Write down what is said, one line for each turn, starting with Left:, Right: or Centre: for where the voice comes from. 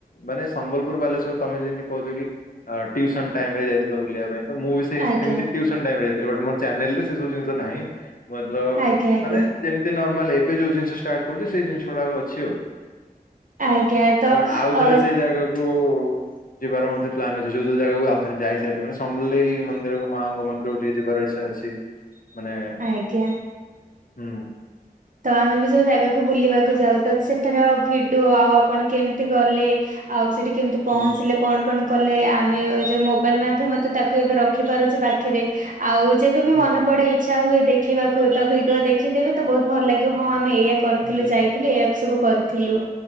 Left: ମାନେ ସମ୍ବଲପୁର, ବାଲେଶ୍ୱର ତମେ ଯେମିତି କୋହୁଚ କି ଆ ଟିଉସନ୍ ଟାଇମରେ ଯାଇଥିଲ ବୁଲିବା ପାଇଁ। ତ ମୁଁ ବି ସେମିତି
Right: ଆଜ୍ଞା
Left: ଟିଉସନ୍ ଟାଇମରେ ଯାଇଥିଲେ ବଟ୍ ମୋର ଚ୍ୟାନେଲରେ ସେ ସବୁ ଜିନିଷ ନାଇଁ। ମତଲବ୍ <unintelligible>
Right: ଆଜ୍ଞା ଆଜ୍ଞା
Left: ମାନେ ଯେମିତି ନର୍ମାଲ ଏବେ ଯୋଉ ଜିନିଷ ଷ୍ଟାର୍ଟ କରୁଚି ସେଇ ଜିନିଷ ଗୁଡାକ ଅଛି ଆଉ।
Right: ଆଜ୍ଞା ତ
Left: ମୋର ଆଉ
Right: ଅ
Left: ଥରେ ସେଇ ଜାଗାକୁ ଯିବାର ମଧ୍ୟ ପ୍ଲାନ୍ ଅଛି ଯୋଉ ଯୋଉ ଜାଗାକୁ ଆଉ ଥରେ ଯାଇାସାରିଚି ମାନେ ସମଲେଇ ମନ୍ଦିରକୁ ମାଙ୍କ ମନ୍ଦିରକୁ ଟିକେ ଯିବାର ଇଚ୍ଛା ଅ ଛି ମାନେ
Right: ଆଜ୍ଞା।
Left: ହୁଁ।
Right: ତ ଆମେ ବି ଯୋଉ ଜାଗାକୁ ବୁଲିବାକୁ ଯାଉ, ତ ସେଠାର ଭିଡିଓ ଆଉ ଆପଣ କେମିତି ଗଲେ। ଆଉ ସେଠି କେମିତି ପହଞ୍ଚିଲେ
Left: ହୁଁ
Right: କଣ କଣ କଲେ। ଆମେ ଯୋଉ ମୋବାଇଲ୍ ମାଧ୍ୟମରେ ତାକୁ ଏବେ ରଖିପାରୁଚୁ ପାଖରେ। ଆଉ ଯେବେ ବି
Left: ହୁଁ
Right: ମନେ ପଡେ ଇଚ୍ଛା ହୁଏ ଦେଖିବାକୁ ତ ଭିଡିଓ ଦେଖିଦେବ ତ ବୋହୁତ ଭଲ ଲାଗିବ ହଁ ଆମେ ଏଇୟା କରିଥିଲୁ
Left: ହୁଁ
Right: ଯାଇଥିଲୁ। ଏଇଆ ସବୁ କରିଥିଲୁ